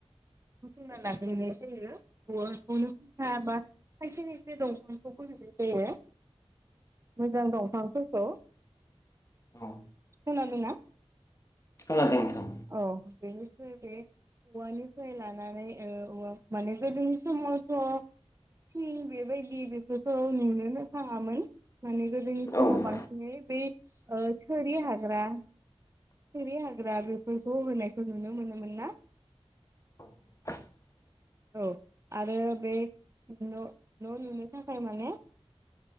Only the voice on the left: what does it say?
औ
खोनादों नोंथां
औ औ औ
खोनादों नोंथां औ खोनादों नोंथां खोनादों औ
<inaudible>